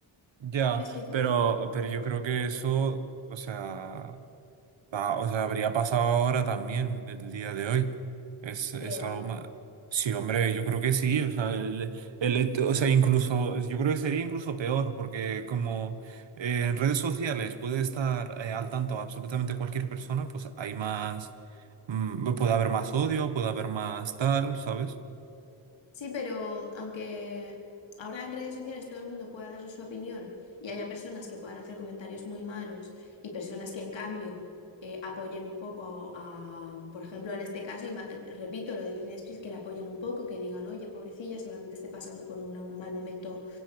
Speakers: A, on the right; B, on the left.
A: Ya,
B: ¿Me explico?
A: pero, pero yo creo que eso, o sea... Ah, o sea, habría pasado ahora también, el día de hoy. Es, es
B: ¿Qué va?
A: algo más. Sí, hombre, yo creo que sí. O sea, el, el hecho- o sea, incluso, yo creo que sería incluso peor, porque como eh, en redes sociales puede estar eh, al tanto absolutamente cualquier persona, pues hay más, mm, puede haber más odio, puede haber más tal, ¿sabes?
B: Sí, pero aunque ahora en redes sociales todo el mundo pueda dar su opinión y haya personas que puedan hacer comentarios muy malos y personas que en cambio eh, apoyen un poco a, por ejemplo, en este caso, ima- repito lo de Britney Spears, que la apoyen un poco, que digan, oye, pobrecilla, seguramente esté pasando por una- un mal momento